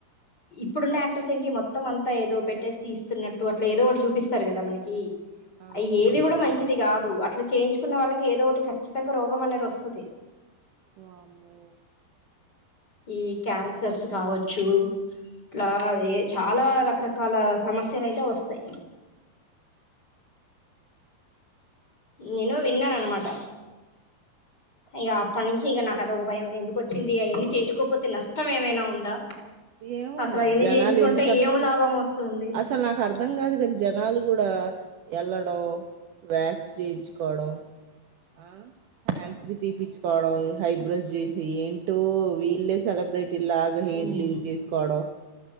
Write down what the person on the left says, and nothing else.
ఇప్పుడున్న యాక్టర్స్ ఏంటి మొత్తం అంతా ఏదో పెట్టేసి తీస్తున్నట్టు అట్ల ఏదో ఒకటి చూపిస్తరు కదా మనకి
అయ్యి ఏవి కూడా మంచి చిది కాదు అట్ల చేయించుకున్న వాళ్ళకి ఏదో ఒకటి ఖచ్చితంగా రోగం అనేది వస్తది
ఈ క్యాన్సర్స్ కావచ్చు ఇట్ల ఏ చాలా రకరకాల సమస్యలు అయితే వస్తాయి నేను విన్నానన్నమాట ఇక అప్పటి నుంచి ఇక నాకదోక భయం ఎందుకు వచ్చింది అవన్ని చేయించుకోకపోతే నష్టం ఏమైనా ఉందా
అసలు
అవన్నీ
చేయించుకుంటే
ఏం లాభం వస్తుంది
ఉమ్